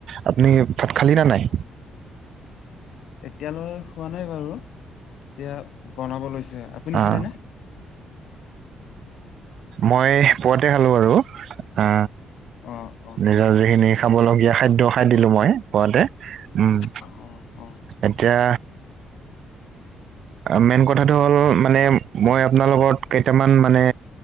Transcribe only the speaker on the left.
এতিয়ালৈ খোৱা নাই বাৰু, এতিয়া বনাব লৈছে। আপুনি
খালে নে?
অ অ
অ
অ অ